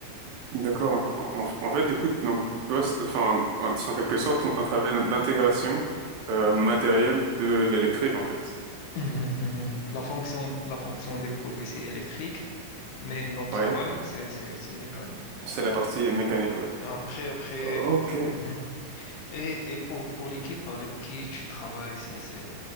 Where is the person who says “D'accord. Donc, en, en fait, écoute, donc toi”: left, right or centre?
Right